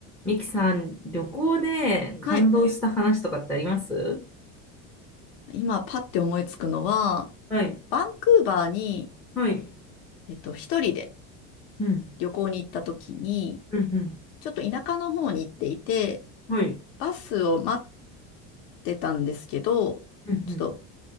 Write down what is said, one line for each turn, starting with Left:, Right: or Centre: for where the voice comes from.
Centre: ミキさん、旅行でうん感動した話とかってあります
Left: はい。今、パッて思いつくのは、
Centre: はい、
Left: バンクーバーに、
Centre: はい、
Left: えっと、一人で
Centre: うん、
Left: 旅行に行った時に、
Centre: うん、
Left: ちょっと田舎の方に行っていて、
Centre: うん、はい、
Left: バスを待ってたんですけど、
Centre: うん、
Left: ちょっと、